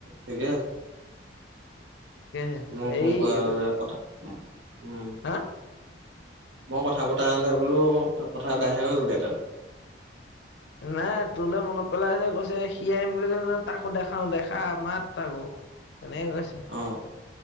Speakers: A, on the right; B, on the left.
A: ঠিকে
B: তাকেহে
A: মই
B: হেৰি
A: ফোন কৰা
B: এইটো
A: আৰু কথা উম,
B: হা
A: মই কথা পতা হ'লে বোলো কথা বেয়াহে হ'লগেতেন।
B: নাই তোৰলৈ মনত পেলাইছে কৈছে সি আহিম বুলি কৈছে ন তাক, দেখাও দেখা মাত আাকো তেনেকে কৈছে
A: অ',